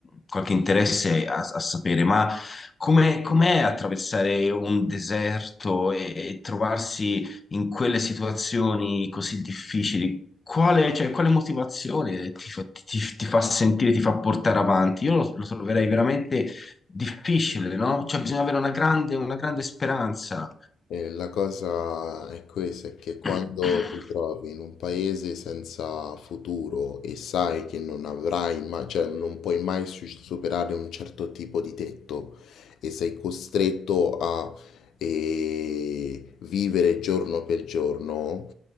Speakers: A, on the left; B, on the left.
A: qualche interesse a, a sapere, ma come, com'è attraversare un deserto e, e trovarsi in quelle situazioni così difficili? Quale, cioè, quale motivazione ti fa, ti- ti ti fa sentire, ti fa portare avanti? Io lo, lo troverei veramente difficile, no? Cioè, bisogna avere una grande, una grande speranza.
B: Eh, la cosa è questa, è che quando
A: <clears throat>
B: ti trovi in un paese senza futuro e sai che non avrai mai, cioè non puoi mai su- superare un certo tipo di tetto e sei costretto a eh, vivere giorno per giorno,